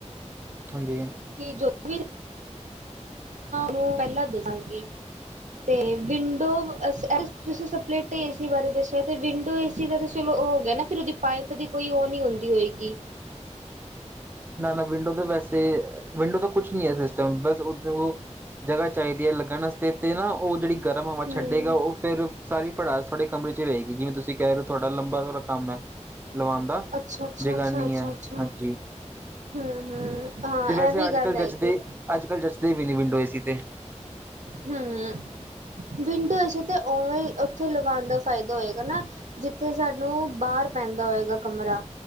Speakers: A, on the right; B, on the right.
A: ਹਾਂਜੀ।
B: ਕਿ ਜੋ ਵੀ ਨੂੰ ਪਹਿਲਾਂ ਦੱਸਾਂਗੀ। <unintelligible> ਤੇ ਵਿੰਡੋ ਤੁਸੀਂ ਸਪਰੇਟ ਏ ਸੀ ਬਾਰੇ ਦੱਸਿਆ, ਤੇ ਵਿੰਡੋ ਏ ਦਾ ਤੇ ਚਲੋ। ਉਹ ਹੋ ਗਿਆ ਨਾ, ਫਿਰ ਉਹਦੀ ਪਾਈਪ ਦੀ ਕੋਈ ਉਹ ਨਹੀਂ ਹੁੰਦੀ ਹੋਏਗੀ।
A: ਨਾ ਨਾ ਵਿੰਡੋ ਤਾਂ ਵੈਸੇ ਵਿੰਡੋ ਦਾ ਕੁਛ ਨਹੀਂ ਹੈ। ਸਿਸਟਮ ਬਸ ਓ ਜਗ੍ਹਾ ਚਾਈਦੀ ਐ ਲੱਗਣ ਵਾਸਤੇ ਤੇ ਨਾ, ਓ ਜੇੜੀ ਗਰਮ ਹਵਾ
B: ਹਮ
A: ਛੱਡੇਗਾ ਓ ਫਿਰ ਸਾਰੀ ਭੜਾਸ ਥੋਡੇ ਕਮਰੇ ਚ ਈ ਰਏਗੀ ਜਿਵੇਂ ਤੁਸੀਂ ਕਹਿ ਰਹੇ ਥੋਡਾ ਲੰਬਾ ਸਾਰਾ ਕੰਮ ਐ, ਲਵਾਣ ਦਾ
B: ਅੱਛਾ ਅੱਛਾ
A: ਜਗਾਨੀ
B: ਅੱਛਾ ਅੱਛਾ
A: ਆ,
B: ਅੱਛਾ
A: ਹਾਂਜੀ
B: ਹਮ ਹਮ ਹਾਂ
A: ਤੇ ਵੈਸੇ
B: ਇਹ ਵੀ
A: ਅੱਜ
B: ਗੱਲ
A: ਕੱਲ੍ਹ
B: ਹੈਗੀ
A: ਜਚਦੇ ਅੱਜ ਕੱਲ੍ਹ ਜੱਚਦੇ ਵੀ ਨਹੀਂ ਵਿੰਡੋ ਏ ਸੀ 'ਤੇ
B: ਹਮ ਵਿੰਡੋ ਏ ਸੀ ਤੇ ਉਵੇਂ ਉੱਥੇ ਲਗਾਉਣ ਦਾ ਫਾਇਦਾ ਹੋਏਗਾ ਨਾ ਜਿੱਥੇ ਸਾਨੂੰ ਬਾਹਰ ਪੈਂਦਾ ਹੋਏਗਾ ਕਮਰਾ